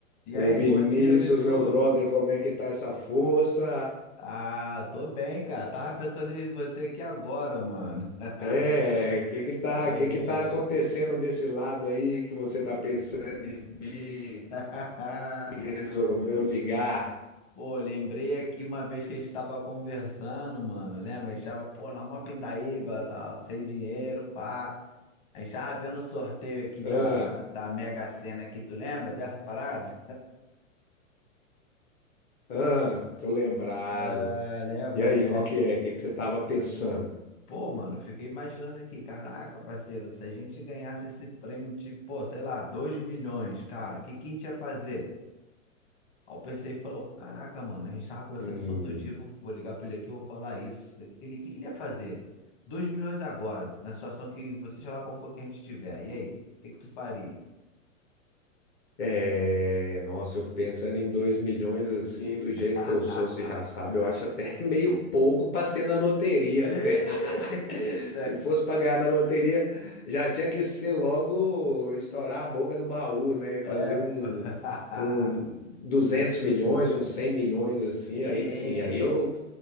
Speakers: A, on the left; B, on the left.
A: E
B: Ô
A: aí,
B: Vinícius,
A: bom dia, Vitor.
B: meu brother, como é que tá essa força?
A: Ah, tô bem, cara. Tava pensando em você aqui agora, mano. <laughs>
B: É, que que tá,
A: Pô,
B: que que tá acontecendo desse lado aí que você tá pensando em
A: <laughs>
B: e resolveu ligar?
A: Pô, lembrei aqui uma vez que a gente tava conversando, mano. Lembra? A gente tava, pô, na uma pindaíba, tá, sem dinheiro, pá. A gente tava vendo o sorteio aqui da,
B: Ah,
A: da Mega Sena aqui, tu lembra dessa parada?
B: ah, tô lembrado.
A: Ah, lembra,
B: E aí,
A: né?
B: qual que é? O que que você tava pensando?
A: Pô, mano, eu fiquei imaginando aqui, caraca, parceiro, se a gente ganhasse esse prêmio de, pô, sei lá, 2 milhões, cara, o que que a gente ia fazer? Aí eu pensei e falou, caraca, mano, a gente tava conversando
B: Hum.
A: isso outro dia, vou, vou ligar pra ele aqui, vou falar isso. O que que ele, o que que ele ia fazer? Dois milhões agora, na situação que você, sei lá qual for que a gente tiver. E aí, o que que tu faria?
B: É, nossa, eu pensando em 2 milhões assim, do jeito
A: <laughs>
B: que eu sou, você já sabe, eu acho até <laughs> meio pouco pra ser na loteria,
A: Eita!
B: né? <laughs> Se fosse pra ganhar na loteria, já tinha que ser logo estourar a boca do baú, né? E
A: É.
B: fazer um,
A: <laughs>
B: um 200 milhões, uns 100 milhões assim,
A: E...
B: aí sim, aí eu,